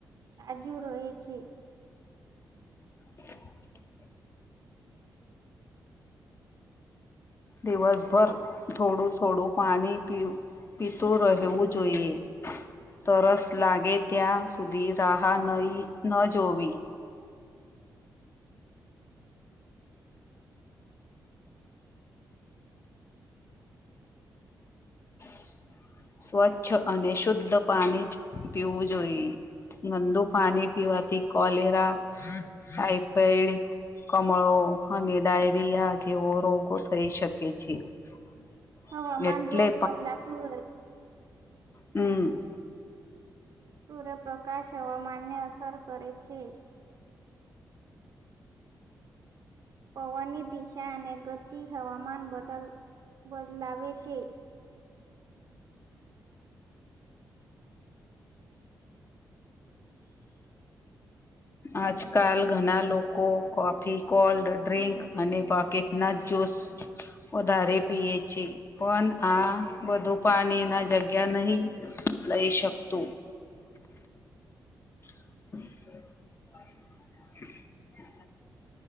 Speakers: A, on the right (about 55°); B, on the left (about 35°).
A: તાજુ રહી છે.
B: <unintelligible> દિવસભર થોડું થોડું પાણી પીવું, પીતું રહેવું જોઈએ. તરસ લાગે ત્યાં સુધી રાહા નહી ન જોવી. <inaudible> સ્વચ્છ અને શુદ્ધ પાણી જ પીવું જોઈએ. ગંદુ પાણી પીવાથી કોલેરા, ટાઈફાઈડ, કમળો અને ડાયરિયા જેવો રોગો થઈ શકે છે. <inaudible>
A: હવામાન
B: એટલે
A: રોજ બદલાતું હોય,
B: હમ્મ.
A: સૂર્યપ્રકાશ હવામાનને અસર કરે છે. પવનની દિશા અને ગતિ હવામાન બદલ-બદલાવે છે.
B: આજકાલ ઘણા લોકો કોફી કોલ્ડ ડ્રિંક અને પોકેટ ના જોશ વધારે પી એ છે પન આ બધું પાની ના જ ગ્યા નહીં લઈ શકતું. <inaudible>